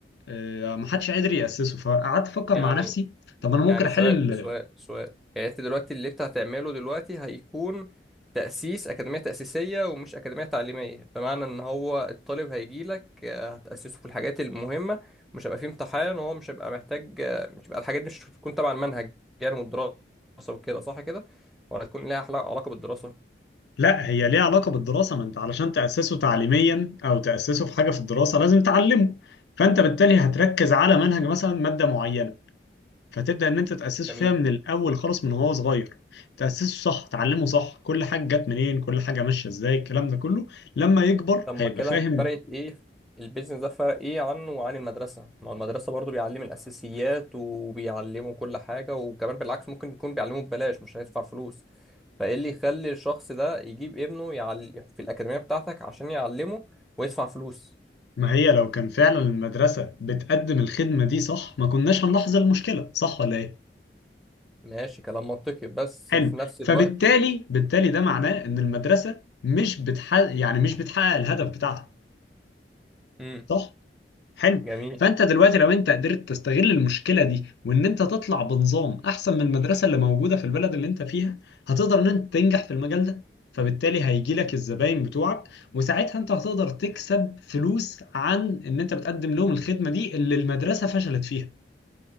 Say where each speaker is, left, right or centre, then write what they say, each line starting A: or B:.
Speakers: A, on the left; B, in the centre.
A: آه، محدش قادر يأسسه فقعدت افكر
B: يعني
A: مع نفسي طب انا
B: يعني
A: ممكن احل
B: سؤال سؤال سؤال يعني انت دلوقتي اللي انت هتعمله دلوقتي هيكون تأسيس أكاديمية تأسيسية ومش أكاديمية تعليمية بمعنى ان هو الطالب هيجيلك آه، هتأسسه في الحاجات المهمة مش هيبقى فيه امتحان وهو مش هيبقى محتاج آه، مش هيبقى الحاجات دي مش هتكون تبع المنهج يعني والدراسة وكده صح كده ولا هتكون ليها علاقة بالدراسة
A: لا هي ليها علاقة بالدراسة ما انت علشان تأسسه تعليميا او تأسسه في حاجة في الدراسة لازم تعلمه فانت بالتالي هتركز على منهج مثلا مادة معينة فتبدأ ان انت تأسسه
B: جميل
A: فيها من الاول خالص من وهو صغير تأسسه صح تعلمه صح كل حاجة جت منين كل حاجة ماشية ازاي الكلام ده كله لما يكبر
B: طب
A: هيبقى
B: ما كده
A: فاهم
B: فرقت ايه البيزنس ده فرق ايه عنه وعن المدرسة ما هو المدرسة برضو بيعلم الأساسيات وبيعلمه كل حاجة وكمان بالعكس ممكن يكون بيعلمه ببلاش مش هيدفع فلوس فايه اللي يخلي الشخص ده يجيب ابنه يعل... في الأكاديمية بتاعتك عشان يعلمه ويدفع فلوس
A: ما هي لو كان فعلا المدرسة بتقدم الخدمة دي صح ما كناش هنلاحظ المشكلة صح ولا ايه
B: ماشي كلام منطقي بس
A: حلو
B: في نفس
A: فبالتالي
B: الوقت
A: بالتالي ده معناه ان المدرسة مش بتحقق يعني مش بتحقق الهدف بتاعها
B: امم
A: صح حلو
B: جميل
A: فانت دلوقتي لو انت قدرت تستغل المشكله دي وان انت تطلع بنظام احسن من المدرسه اللي موجوده في البلد اللي انت فيها هتقدر ان انت تنجح في المجال ده فبالتالي هيجي لك الزباين بتوعك وساعتها انت هتقدر تكسب فلوس عن ان انت بتقدم لهم الخدمه دي اللي المدرسه فشلت فيها